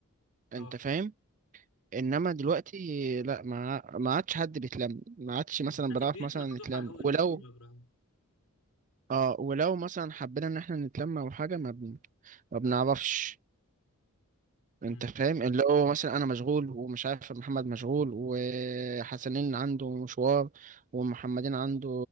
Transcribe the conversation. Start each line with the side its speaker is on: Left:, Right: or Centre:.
Right: أنت
Left: اه
Right: فاهم إنما دلوقتي لأ ما ما عادش حد بيتلم ما عادش
Left: آه.
Right: مثلا
Left: كانت
Right: بنعرف
Left: البيوت
Right: مثلا
Left: مفتوحه
Right: نتلم
Left: الاول
Right: ولو
Left: لكله يا ابراهيم
Right: آه ولو مثلا حبينا إن إحنا نتلم أو حاجة ما بن... ما بنعرفش انت
Left: امم
Right: فاهم اللي هو مثلا انا مشغول ومش عارف محمد مشغول وحسنين عنده مشوار ومحمدين عنده